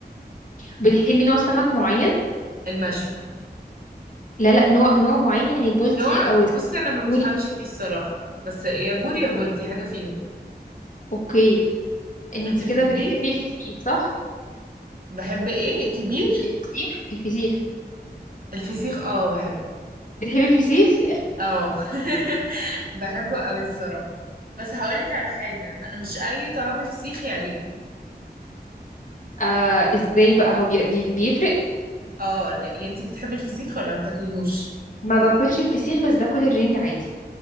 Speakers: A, on the left; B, on the right.
A: بتحبي نوع سمك معين
B: المشوي
A: لا لا نوع نوع معين يعني البلطي
B: نوع
A: او البوري
B: بصي انا ما بفهمش فيه الصراحة بس يا بوري يا بولتي حاجة فيهم
A: اوكي انت
B: انتي
A: كده
B: بتحبيه
A: بتحبي الفسيخ صح
B: بحب ايه الكبير
A: الفسيخ الفسيخ
B: الفسيخ اه بحبه
A: بتحبي الفسيخ <laughs>
B: اه <laughs> بحبه قوي الصراحة بس هقولك على حاجة انا مش اي طعم فسيخ يعجبني
A: آه ازاي بقى هو بي- بي- بيفرق
B: اه لا يعني انت بتحبي الفسيخ ولا ما تاكليهوش
A: ما باكلش الفسيخ بس باكل الرنج عادي